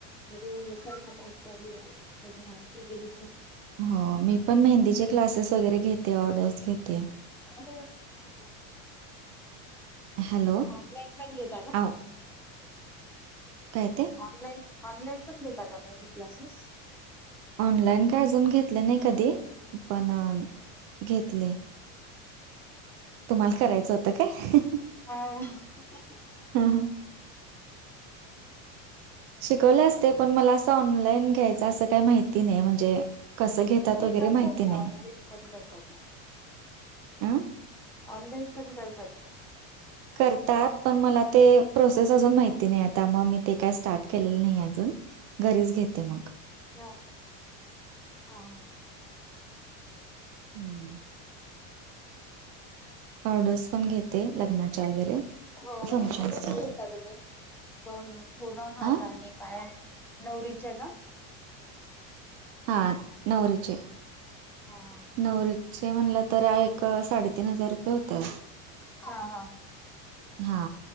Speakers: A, in the centre; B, on the right.
A: दिवस बसाल का पाऊचचा आज त्याच्यामुळे आज त गेली
B: हो मी पण मेहंदीचे क्लासेस वगैरे घेते ऑर्डर्स घेते.
A: आरे वा छान.
B: हॅलो.
A: होरी लाईन पण घेता का?
B: आ काय ते?
A: ऑनलाईन ऑनलाईन पण घेता का मेहंदी क्लासेस.
B: ऑनलाईन काय अजून घेतल नाही कधी पण घेतले.
A: <inaudible>
B: तुम्हाला करायचं होतं काय?
A: हा
B: हा हा. शिकवले असते पण मला असं ऑनलाईन घ्यायच असं काही माहिती नाही म्हणजे. कसं घेतात
A: ते
B: वगैरे
A: करतात
B: माहिती
A: ना
B: नाही.
A: ऑनलाईन पण करतात ना.
B: अ
A: ऑनलाईन पण करतात.
B: करतात पण मला ते प्रोसेस अजून माहिती नाही आता म मी ते काय स्टार्ट केलेलं नाही अजून. घरीच घेते मग.
A: ह हा हा.
B: हम्म. ऑर्डर्स पण घेते लग्नाच्या वगैरे.
A: हो <unintelligible>
B: फंक्शन्सच्या.
A: घेता तुम्ही दोन पूर्ण हाताने.
B: आ?
A: पायानं नवरीचे का?
B: हां नवरीचे.
A: हा हा
B: नवरीचे म्हणलं तर एक साडेतीन हजार रुपये होतात.
A: हा हा.
B: हा.